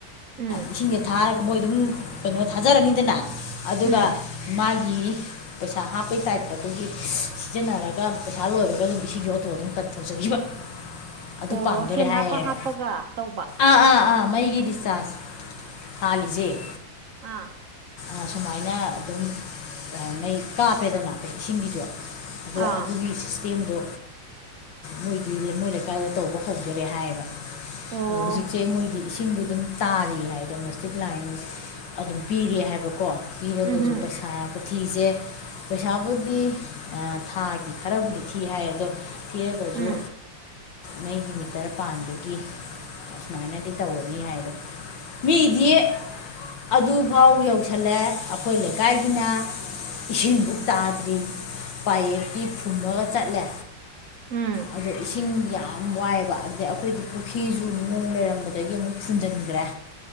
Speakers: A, on the right; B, on the left.
A: ꯎꯝ
B: ꯏꯁꯤꯡꯁꯦ ꯊꯥꯔꯒ ꯃꯣꯏ ꯑꯗꯨꯝ ꯀꯩꯅꯣ ꯊꯥꯖꯔꯅꯤꯗꯅ ꯑꯗꯨꯒ
A: ꯎꯝ
B: ꯃꯥꯒꯤ ꯎ <inaudible> ꯄꯩꯁꯥ ꯍꯥꯞꯄꯩ ꯇꯥꯏꯞꯇ ꯑꯩꯈꯣꯏꯒꯤ ꯁꯤꯖꯤꯟꯅꯔꯒ ꯄꯩꯁꯥ ꯂꯣꯏꯔꯒ ꯑꯗꯨꯝ ꯏꯁꯤꯡꯒꯤ ꯑꯣꯇꯣ ꯑꯗꯨꯝ ꯀꯠ ꯇꯧꯖꯈꯤꯕ ꯑꯗꯨ
A: ꯑꯣ
B: ꯄꯥꯟꯗꯣꯔꯦ
A: ꯁꯦꯟ
B: ꯍꯥꯏꯌꯦꯕ
A: ꯍꯥꯞꯄ ꯍꯥꯞꯄꯒ ꯇꯧꯕ
B: ꯑꯥ ꯑꯥ ꯑꯥ ꯃꯩꯒꯤ ꯗꯤ ꯆꯥꯁ ꯍꯥꯥꯜꯂꯤꯁꯦ
A: ꯑꯥ
B: ꯑ ꯑꯩꯅ ꯑꯗꯨꯝ ꯃꯩ ꯀꯥꯞꯄꯦꯗꯅ ꯑꯩꯈꯣꯏ ꯏꯁꯤꯡꯒꯤꯁꯨ ꯑꯗꯣ
A: ꯑꯥ
B: ꯑꯗꯨꯒꯤ ꯁꯤꯁꯇꯦꯝꯗꯣ ꯃꯣꯏꯗꯤ ꯃꯣꯏ ꯂꯩꯀꯥꯏꯗ ꯇꯧꯕ ꯍꯧꯗꯔꯦ ꯍꯥꯏꯌꯦꯕ
A: ꯑꯣ
B: ꯔꯖꯤꯛꯁꯦ ꯃꯣꯏꯗꯤ ꯏꯁꯤꯡꯗꯤ ꯑꯗꯨꯝ ꯇꯥꯔꯤ ꯍꯥꯏ ꯗꯣꯃꯦꯁꯇꯤꯛ ꯂꯥꯏꯟ ꯑꯗꯨꯝ ꯄꯤꯔꯤ ꯍꯥꯏꯕꯀꯣ ꯄꯤꯔꯒꯖꯣ
A: ꯎꯝꯍꯝ
B: ꯄꯁꯥ ꯊꯤꯁꯦ ꯄꯩꯁꯥꯕꯨꯗꯤ ꯊꯥꯒꯤ ꯈꯔꯕꯨꯗꯤ ꯊꯤ ꯍꯥꯏ ꯑꯗꯣ ꯊꯤꯔꯒꯁꯨ
A: ꯎꯝ
B: ꯅꯒꯤ ꯃꯤꯇꯔ ꯄꯥꯟꯕꯗꯒꯤ ꯑꯁꯨꯃꯥꯏꯅꯗꯤ ꯇꯧꯔꯅꯤ ꯍꯥꯏꯗꯣ ꯃꯤꯗꯤ ꯑꯗꯨꯐꯥꯎ ꯌꯧꯁꯤꯜꯂꯦ ꯑꯩꯈꯣꯏ ꯂꯩꯀꯥꯏꯒꯤꯅ ꯏꯁꯤꯡꯗꯨꯛ ꯇꯥꯗ꯭ꯔꯤ ꯄꯥꯏꯞꯇꯤ ꯐꯨꯝꯃꯒ ꯆꯠꯂꯦ
A: ꯎꯝ
B: ꯑꯗꯣ ꯏꯁꯤꯡ ꯌꯥꯝ ꯌꯥꯝ ꯋꯥꯏꯑꯕ ꯑꯗꯩ ꯑꯩꯈꯣꯏꯗꯤ ꯄꯨꯈ꯭ꯔꯤꯁꯨ ꯅꯨꯡꯅꯨꯡ ꯂꯩꯔꯝꯕꯗꯒꯤ ꯑꯃꯨꯛ ꯐꯨꯟꯖꯤꯟꯈ꯭ꯔꯦ